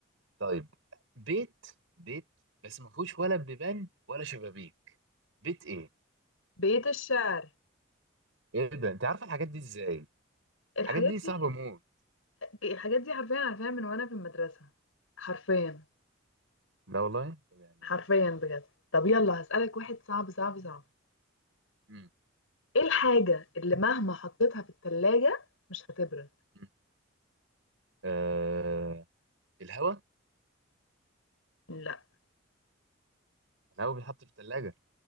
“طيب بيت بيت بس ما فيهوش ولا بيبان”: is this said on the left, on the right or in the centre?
Right